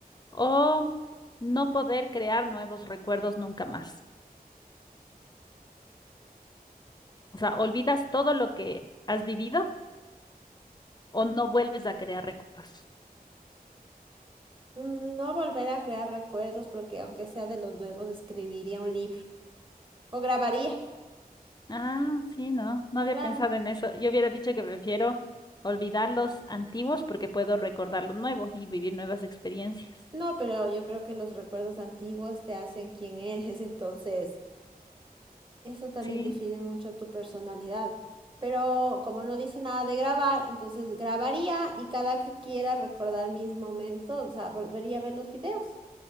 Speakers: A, on the left (about 25°); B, on the right (about 30°).
A: O no poder crear nuevos recuerdos nunca más. O sea, olvidas todo lo que has vivido o no vuelves a crear recuerdos.
B: Mm, No volver a crear recuerdos, porque aunque sea de los nuevos, escribiría un libro o grabaría,
A: Ah, sí, no, no había
B: claro.
A: pensado en eso. Yo hubiera dicho que prefiero olvidar los antiguos porque puedo recordar lo nuevo y vivir nuevas experiencias.
B: No, pero yo creo que los recuerdos antiguos te hacen quien eres, <laughs> entonces Eso también
A: Sí,
B: define mucho tu personalidad. Pero como no dice nada de grabar, entonces grabaría y cada que quiera recordar mis momentos, o sea, volvería a ver los videos